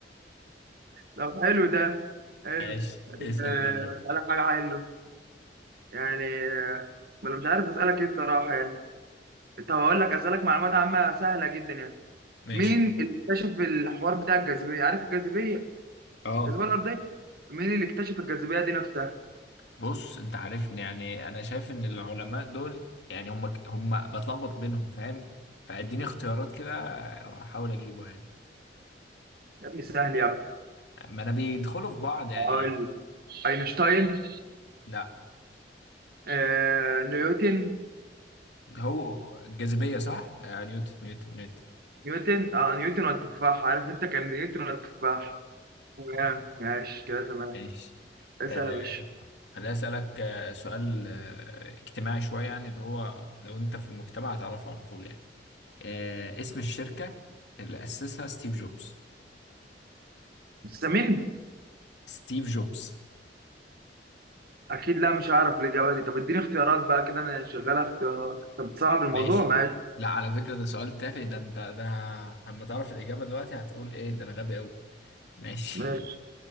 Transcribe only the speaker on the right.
طب حلو ده حلو
آه،
اسالك حاجه حلوه يعني آه، ما انا مش عارف اسالك ايه الصراحه يعني طب هقول لك اسالك معلومات عامه سهله جدا يعني
مين اللي اكتشف الحوار بتاع الجاذبيه عارف الجاذبيه
الجاذبيه الارضيه مين اللي اكتشف الجاذبية دي نفسها؟
يا ابني سهل يا ابني
أقول لك. أينشتاين
آه، نيوتن
نيوتن اه نيوتن والتفاح عارف انت كان نيوتن والتفاح تمام ماشي كده تمام
اسأل
يا باشا
السمين
أكيد لا مش هعرف الإجابة دي طب اديني اختيارات بقى كده أنا شغال اختيارات طب تصعب الموضوع
ماشي
ماشي